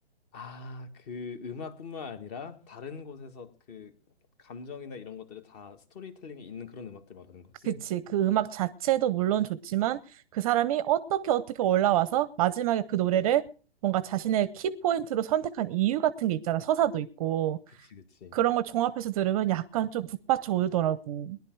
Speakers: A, on the left (about 40°); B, on the right (about 35°).
A: 아, 그 음악뿐만 아니라 다른 곳에서 그 감정이나 이런 것들을 다 스토리텔링이 있는 그런 음악들 말하는 거지?
B: 그치. 그 음악 자체도 물론 좋지만 그 사람이 어떻게 어떻게 올라와서 마지막에 그 노래를 뭔가 자신의 키포인트로 선택한 이유 같은 게 있잖아. 서사도 있고.
A: 그치, 그치.
B: 그런 걸 종합해서 들으면 약간 좀 북받쳐 오더라고.